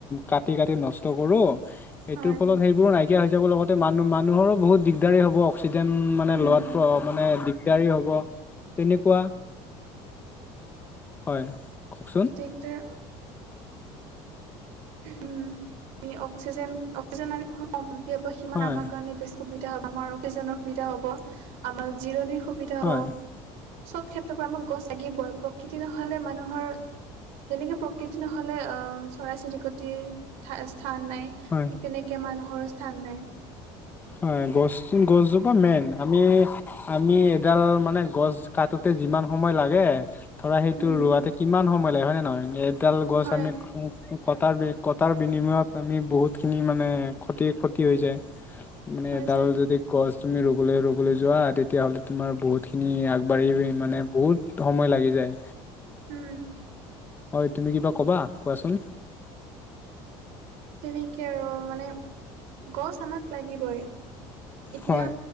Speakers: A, on the left; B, on the right.
A: কাটি, কাটি, কাটি নষ্ট কৰোঁ। এইটোৰ
B: হয়।
A: ফলত সেইবোৰ নাইকিয়া হৈ যাব লগতে মানুহ মানুহৰো বহুত দিগদাৰী হ'ব অক্সিজেন মানে
B: উম।
A: লোৱাত মানে দিগ দিগদাৰি হ'ব। তেনেকুৱা হয়, কওঁকচোন?
B: দিগদাৰ উম, অক্সিজেন অক্সিজেন আমি বহুত <unintelligible> সিমান
A: হয়
B: আমাৰ কাৰণ বে সুবিধা হ'ব আমাৰ অকেইজন সুবিধা হ'ব। আমাৰ জিৰণি সুবিধা
A: হয়
B: হ'ব, চ'ব ক্ষেত্ৰৰ পৰা আমাৰ গছ লাগিবই। প্ৰকৃতি নহ'লে মানুহৰ যেনেকৈ প্ৰকৃতি নহ'লে চৰাই চিৰিকটিৰ স্থা স্থান নাই।
A: হয়।
B: ঠিক তেনেকৈ মানুহৰো স্থান নাই।
A: হয়, গছ গছজোপা মেইন। আমি আমি এডাল মানে গছ কাটোতে যিমান সময় লাগে। ধৰা সেইটো
B: উম,
A: ৰোৱাতে কিমান সময় লাগে হয়ে নে নহয় এডাল গছ
B: হয়
A: আমি খ কটাৰ কটাৰ বিনিময়ত আমি বহুতখিনি মানে ক্ষতি ক্ষতি হৈ যায় মানে
B: হৈ
A: এডাল
B: যায়
A: যদি গছ তুমি ৰুবলৈ ৰুবলৈ যোৱা তেতিয়াহলে তোমাৰ বহুত খিনি আগবাঢ়ি মানে বহুত সময় লাগি যায়
B: উম
A: হয় তুমি কিবা ক'বা কোৱাচোন
B: তেনেকে আৰু মানে গছ আমাক লাগিবই এতিয়া
A: হয়